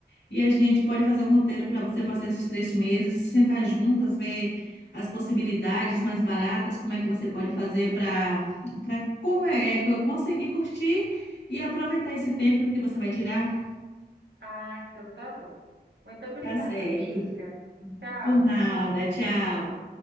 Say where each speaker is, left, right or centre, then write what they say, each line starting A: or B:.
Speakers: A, on the left; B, on the right.
A: e a gente pode fazer um roteiro para você passar esses três meses, se sentar juntas, ver as possibilidades mais baratas, como é que você pode fazer para para como é, é, co- conseguir curtir e aproveitar esse tempo que você vai tirar.
B: Ah, então tá bom. Muito obrigada,
A: Tá certo.
B: amiga. Tchau.
A: Por nada, tchau.